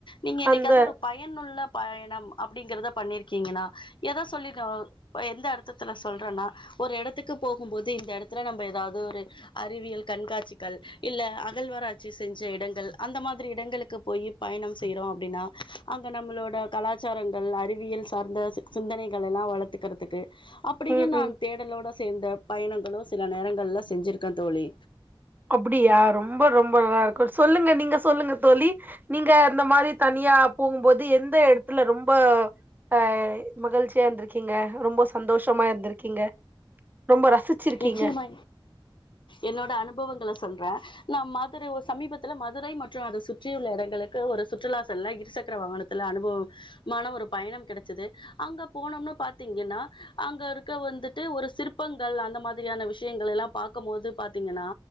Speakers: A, on the left; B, on the right.
A: நீங்க என்னைக்காவது
B: அந்த
A: ஒரு பயனுள்ள பயணம் அப்டிங்கிறத பண்ணிருக்கீங்கன்னா எத சொல்லி க ப்ப எந்த அர்த்தத்துல சொல்றன்னா ஒரு எடத்துக்கு போகும் போது இந்த எடத் த்துற நம்ப ஏதாவது ஒரு அறிவியல் கண்காட்சிகள் இல்ல அகழ்வாராட்சி செஞ்ச இடங்கள் அந்த மாதிரி இடங்களுக்கு போயி பயணம் செய்றோ அப்டின்னா அங்க நம்மளோட கலாச்சாரங்கள் அறிவியல் சார்ந்த சி சிந்தனைகள் எல்லா வளத்துக்கறதுக்கு அப்புடியே
B: ம்
A: நான்
B: ம்
A: தேடலோட சேந்த பயணம் ஹலோ ஸ் சில நேரங்கள்ல செஞ்சிருக்க தோழி
B: அப்புடியா ரொம்ப ரொம்ப நல்லா இருக்கூ சொல்லுங்க நீங்க சொல்லுங்க தோழி நீங்க ந்த மாரி தனியா போகும்போது எந்த எடத்துல ரொம்ப அ மகழ்ச்சியா இருந்திருக்கீங்க ரொம்போ சந்தோஷமா இருந்திருக்கீங்க. ரொம்ப ரசிச்சிருக்கீங்க
A: நிச்சியமா என்னோட அனுப் பவங்கள சொல்றே நா மாத் த்ரு ஒர் சமீபத்துல மதுரை மற்று அத சுற்றியுள்ள எடங்களுக் க்க ஒரு சுற்றுலா செல்ல இருசக்கர வாகனத்துல அனுபவம் மான ஒரு பயணம் கெடச்சது அங்க போனம்னா பாத்தீங்கன்னா அங்க ருக்க வந்துட்டு ஒரு சிற்பங் கள் அந்த மாதிரியான விஷயங்களெல்லா பாக்கும்போது பாத்தீங்கன்னா